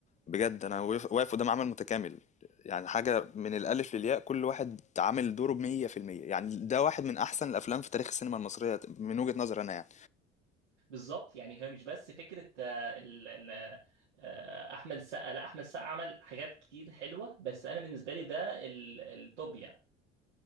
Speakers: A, on the left; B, on the right.
A: بجد انا واقف واقف قدام عمل متكامل يعني حاجة من الألف للياء كل واحد عامل دوره بمية في المية يعني ده واحد من أحسن الأفلام في تاريخ السينما المصرية من وجهة نظري أنا يعني
B: بالظبط يعني هي مش بس فكره آه، ال- ال- آه، احمد السقا لا احمد السقا عمل حاجات كتير حلوه بس انا بالنسبه لي ده ال- التوب يعني